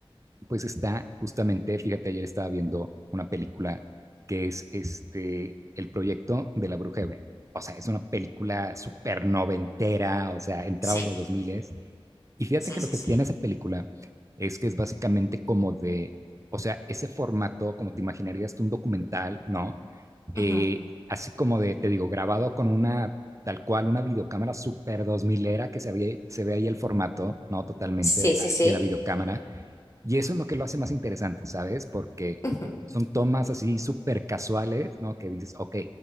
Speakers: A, on the right; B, on the left.
A: pues está justamente, fíjate, ayer estaba viendo una película que es este, el proyecto de la bruja de Blair. O sea, es una película súper noventera, o sea, entrados
B: Sí,
A: los 2000 y fíjate
B: sí,
A: que
B: sí,
A: lo que
B: sí.
A: tiene esa película es que es básicamente como de, o sea, ese formato, como te imaginarías tú un documental, ¿no? Eh,
B: Ujú.
A: así como de, te digo, grabado con una, tal cual, una videocámara super dos milera que se, había- se ve ahí el formato, ¿no? Totalmente
B: Sí,
A: de
B: sí,
A: la,
B: sí.
A: de la videocámara. Y eso es lo que lo hace más interesante, ¿sabes? Porque
B: Ujú.
A: son tomas así súper casuales, ¿no? Que dices, ok,